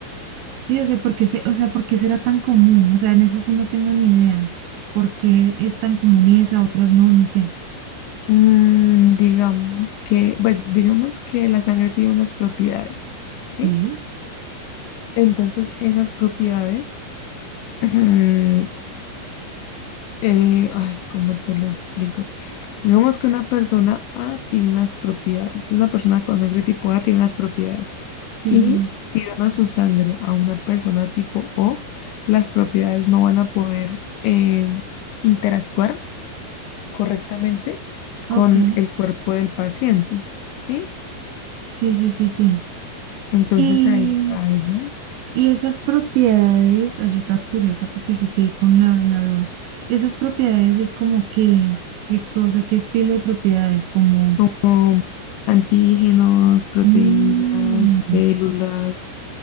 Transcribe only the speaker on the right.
Sí, o sea, porque se, o sea, ¿por qué será tan común? O sea, en eso sí no tengo ni idea. ¿Por qué es tan común esa, otras no? No sé.
Sí,
sí,
sí.
Ok.
Sí, sí, sí,
sí.
Y esas propiedades, ay, yo toda curiosa porque sí quedé con la, la duda. Esas propiedades es como que, qué cosa, qué estilo de propiedades, como,
mm,